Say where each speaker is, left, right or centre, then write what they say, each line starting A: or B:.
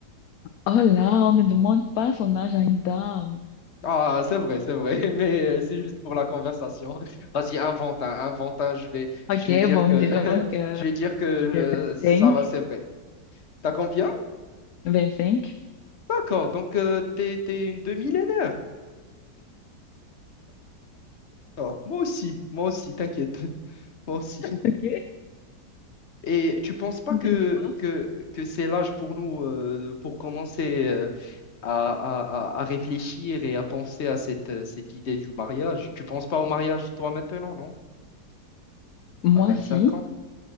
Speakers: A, on the left (about 65°); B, on the left (about 40°).
A: Oh là, on ne demande pas son âge à une dame.
B: Ah, c'est vrai, c'est vrai, <laughs> mais euh, c'est juste pour la conversation. <laughs> Vas-y, invente un, invente un, je vais,
A: Ok,
B: je vais dire
A: bon
B: que,
A: disons
B: <laughs>
A: que
B: je vais dire que euh,
A: j'ai vingt-cinq
B: ça va, c'est vrai. T'as combien?
A: vingt-cinq.
B: D'accord, donc euh, t'es, t'es une demi-millénaire. D'accord, moi aussi, moi aussi, t'inquiète, <laughs> moi aussi.
A: Ok,
B: Et tu penses pas
A: mais
B: que,
A: dis-moi.
B: que, que c'est l'âge pour nous, euh, pour commencer euh, à, à, à à réfléchir et à penser à cette, euh, cette idée du mariage? Tu penses pas au mariage toi maintenant, non?
A: Moi
B: À 25
A: si
B: ans?